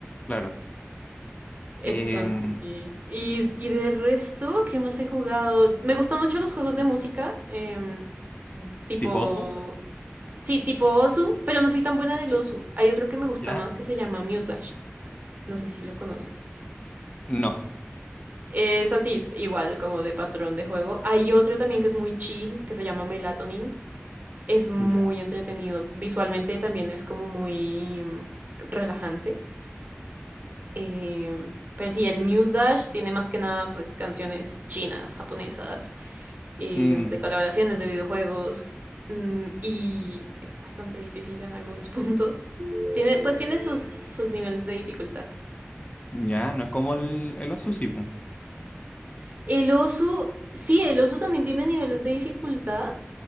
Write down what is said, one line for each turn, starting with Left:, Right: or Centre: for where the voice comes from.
Left: Claro.
Right: Entonces,
Left: Em,
Right: sí. Y, y de resto, ¿qué más he jugado? Me gustan mucho los juegos de música, em, tipo...
Left: ¿Tipo osu?
Right: Sí, tipo Osu, pero no soy tan buena en el Osu. Hay otro que me gusta
Left: ¿Ya?
Right: más que se llama Muse Dash. No sé si lo conoces.
Left: No.
Right: Es así, igual como de patrón de juego. Hay otro también que es muy chill, que se llama Melatonin. Es muy
Left: Ya.
Right: entretenido. Visualmente también es como muy mm, relajante. Eh, pero sí, el Muse Dash tiene más que nada pues canciones chinas, japonesas, eh,
Left: Mm,
Right: de colaboraciones de videojuegos. mm, y es bastante difícil en algunos <laughs> puntos. Tiene, pues tiene sus, sus niveles de dificultad.
Left: ya, no es como el, el osu, sí, po.
Right: El oso, sí, el oso también tiene niveles de dificultad,